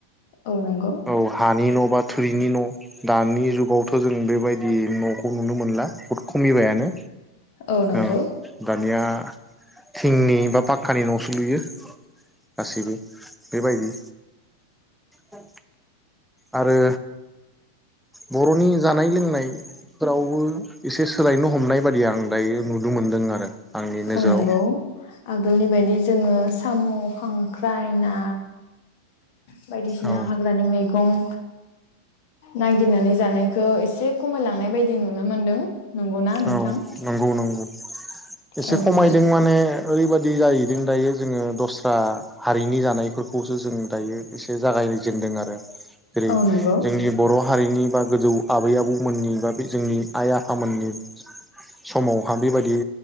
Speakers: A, on the left; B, in the centre.
A: औ नंगौ
B: औ हानि न' बा थोरिनि न' दानि जुगाव थ' जों बेबायदि न'खौ नुनो मोनला। बुहुद खमिबायानो
A: औ नंगौ
B: ओं दानिया थिंनि बा फा खानि न' सो लुयो गासैबो। बेबायदि औ। आरो बर'नि जानाय लोंनायफोरावबो एसे सोलायनो हमनाय बादि आं <inaudible> मोनदों आरो आंनि नोजोराव।
A: औ नंगौ आगोलनि बायदि जोङो साम', खांख्राय, ना बायदिसिना
B: औ
A: हाग्रानि मेगं नायगिरनानै जानायखौ एसे खमायलांनाय बायदि नुनो मोन्दों। नोंगौना नोंथां?
B: औ नंगौ <inaudible> एसे
A: औ
B: खमायदों
A: नंगौ
B: माने ओरै बायदि जाहैदों दायो जोङो दस्रा हारिनि जानायफोरखौसो जों दायो एसे जागायजेनदों आरो। जेरै
A: औ नंगौ
B: जोंनि बर' हारिनि बा गोजौ आबै आबौमोननि बा बे जोंनि आय आफामोननि समाव बेबायदि